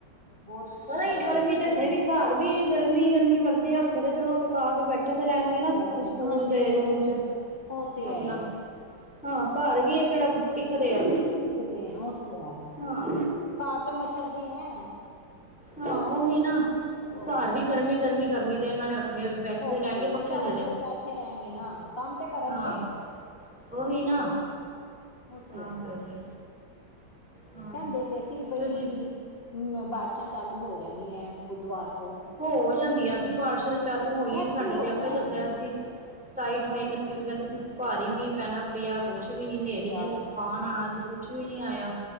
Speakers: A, on the left (about 30°); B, in the centre.
A: ਬਹੁਤ
B: ਪਤਾ
A: ਖਾਧਾ
B: ਕੀ ਗਰਮੀ
A: ਏ, ਸ਼ੁਕਰ
B: ਚ ਇੱਥੇ
A: ਹੈ
B: ਵੀ ਘਰ ਵੀ ਗਰਮੀ ਗਰਮੀ ਕਰਦੇ ਆ ਓੱਥੇ ਤੇ ਚਲੋ ਟਕਾ ਕੇ ਬੈਠੇ ਇਕੱਠੇ ਤੇ ਰਹਿਣਗੇ ਨਾ
A: ਬੈਠੇ
B: ਸਕੂਲ
A: ਹਾਂਜੀ
B: ਦੇ
A: ਹਾਂਜੀ
B: ਰੂਮ
A: ਉਹ
B: ਚ,
A: ਉਹ ਤੇ
B: ਆਪਣਾ
A: ਹੈ ਹੀ ਹੈ
B: ਹਾਂ, ਘਰ ਵੀ ਆ ਕਿਹੜਾ ਟਿਕਦੇ ਆ।
A: ਟਿਕਦੇ ਆ ਉਹ ਤੇ ਹੈ,
B: ਹਾਂ
A: ਘਰ ਤਾਂ ਮੱਛਰਦੇ ਐ।
B: ਹਾਂ ਉਹੀ ਨਾ,
A: ਆਹ
B: ਘਰ ਵੀ ਗਰਮੀ ਗਰਮੀ ਕਰਨੀ ਤੇ ਇਹਨਾਂ ਨੇ ਉੱਥੇ ਬੈਠੇਦੇ
A: ਉੱਥੇ
B: ਰਹਿਣਗੇ
A: ਵੀ
B: ਪੱਖੇ
A: ਚੱਲ
B: ਥੱਲੇ,
A: ਉੱਥੇ ਬੈਠੇ ਰਹਿਣਗੇ ਨਾ ਕੰਮ ਤੇ ਕਰਨਗੇ
B: ਹਾਂ। ਉਹੀ ਨਾ,
A: ਆਹ ਉਹ
B: ਤਾਂ
A: ਤੇ ਹੈ
B: ਕਰਕੇ। ਹਾਂ
A: ਕਹਿੰਦੇ ਪਏ ਸੀ ਬਈ
B: ਤੁਸੀਂ
A: ਹੂੰ ਬਾਰਿਸ਼ਾਂ ਚਾਲੂ ਹੋ ਜਾਦੀ ਹੈ ਬੁੱਦਵਾਰ ਤੋਂ।
B: ਹੋ ਜਾਂਦੀਆਂ ਸੀ ਬਾਰਿਸ਼ਾ ਚਾਲੂ ਹੋਈਆਂ
A: ਐਤਕੀ
B: ਸਾਡੇ
A: ਹੋਈਆਂ
B: ਤੇ ਆਪੇ
A: ਨੀ
B: ਦੱਸਿਆ। ਸਤਾਈ ਅਠਾਈ ਉਨੱਤੀ ਨੂੰ ਕਹਿੰਦੇ ਸੀ ਭਾਰੀ ਮੀਂਹ ਪੈਣਾ ਪਿਆ ਕੁਛ ਵੀ ਨੀ ਹਨੇਰੀ
A: ਪਿਆ
B: ਕਹਿੰਦੇ ਤੁਫਾਨ ਆਉਣ ਆਲਾ ਸੀ ਕੁਛ ਵੀ ਨਹੀਂ ਆਇਆ।